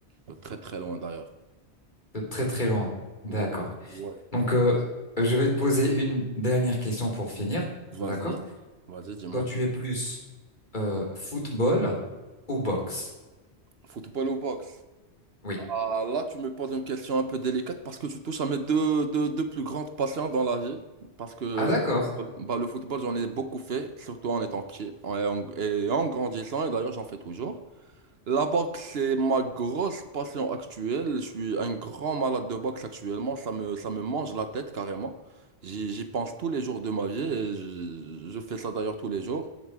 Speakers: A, on the right; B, on the left.
A: De très très loin d'ailleurs.
B: de très très loin. D'accord.
A: Ouais, ouais.
B: Donc, euh, je vais te poser une dernière question pour finir.
A: Vas-y,
B: D'accord?
A: vas-y, dis-moi.
B: Toi, tu es plus euh, football ou boxe?
A: Football ou boxe?
B: Oui.
A: Ah, là, tu me poses une question un peu délicate parce que tu touches à mes deux, deux, deux plus grandes passions dans la vie. Parce que
B: Ah, d'accord.
A: bah, le football, j'en ai beaucoup fait, surtout en étant petit en- et en, et en grandissant. Et d'ailleurs, j'en fais toujours. La boxe, c'est ma grosse passion actuelle. Je suis un grand malade de boxe actuellement. Ça me, ça me mange la tête carrément. J'y, j'y pense tous les jours de ma vie et je, je fais ça d'ailleurs tous les jours.